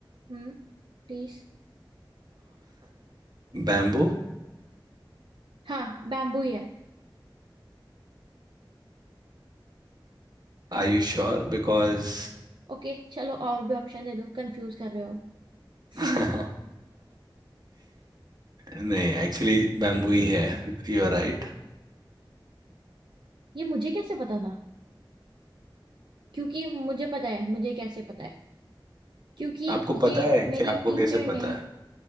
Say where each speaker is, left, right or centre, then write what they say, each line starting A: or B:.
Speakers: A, on the right; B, on the right.
A: हम्म प्लीज
B: Bamboo
A: हाँ बैम्बू ही है हाँ
B: Are you sure
A: हाँ
B: because
A: हाँ ओके चलो और भी ऑप्शन दे दो कंफ्यूज कर रहे हो
B: <laughs>
A: <laughs>
B: नहीं एक्चुअली बैम्बू ही है You are right
A: ये मुझे कैसे पता था क्योंकि मुझे पता है मुझे कैसे पता है क्योंकि
B: आपको पता
A: ये
B: है कि
A: मेरी
B: आपको
A: टीचर
B: कैसे पता
A: ने
B: है